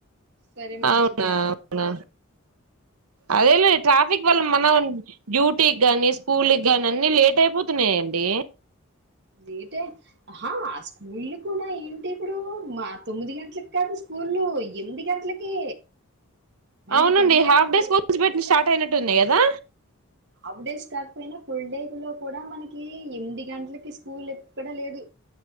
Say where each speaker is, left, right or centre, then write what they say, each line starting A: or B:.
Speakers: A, on the right; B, on the right.
A: సరే మంచిది
B: అవునా
A: అన్నా
B: అవునా అదేలా ట్రాఫిక్ వల్ల మనం డ్యూటీకి గాని స్కూల్కి కానీ అన్ని లేట్ అయిపోతున్నాయండి
A: లేటేహా ఆ స్కూల్ కూడా ఏంటి ఇప్పుడు మా తొమ్మిది గంటలకి కాదు స్కూల్ స్కూల్లు ఎనిది గంటలకి మనకి
B: అవునండి
A: తొమ్మిది గంటలకు
B: హాఫ్ డేస్
A: కదా
B: స్కూల్స్ పెట్టిన స్టార్ట్ అయినట్టు ఉంది కదా
A: హఫ్ డేస్ కాకపోయినా ఫుల్ డే లో కూడా మనకి ఎనిమిది గంటలకి స్కూల్ ఎక్కడా లేదు